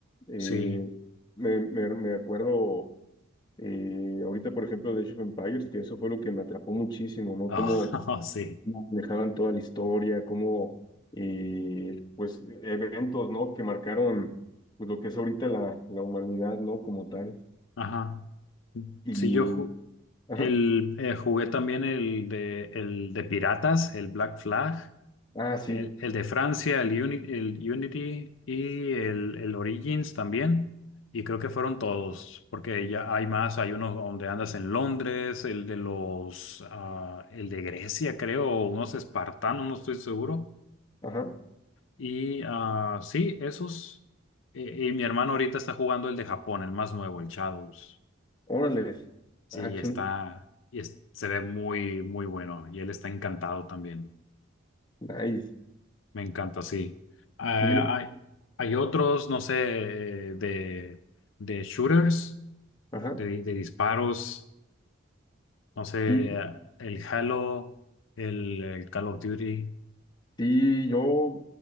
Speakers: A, on the left; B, on the left.
A: Eh,
B: Sí.
A: me, me- me acuerdo eh, ahorita, por ejemplo, de Age of Empires, que eso fue lo que me atrapó muchísimo, ¿no?
B: Oh,
A: Cómo
B: <laughs> oh, sí.
A: dejaban toda la historia, cómo, eh, pues, eventos, ¿no? Que marcaron, pues, lo que es ahorita la, la humanidad, ¿no? Como tal.
B: Ajá.
A: Y,
B: Sí, yo ju-
A: ajá,
B: el, eh, jugué también el de, el de Piratas, el Black Flag,
A: ah, sí,
B: el, el de Francia, el, Uni- el Unity y el, el Origins también. Y creo que fueron todos, porque ya hay más, hay uno donde andas en Londres, el de los, ah, el de Grecia, creo, o unos espartanos, no estoy seguro.
A: ajá,
B: Y ah, sí, esos. eh, y mi hermano ahorita está jugando el de Japón, el más nuevo, el Shadows.
A: órale,
B: Sí,
A: action,
B: está. Y es- se ve muy, muy bueno. Y él está encantado también.
A: nice.
B: Me encanta, sí. Ah,
A: Y él-
B: hay, hay otros, no sé, eh, de, de shooters,
A: ajá,
B: de, de disparos. No sé,
A: sí,
B: ah, el Halo, el, el Call of Duty.
A: sí, yo,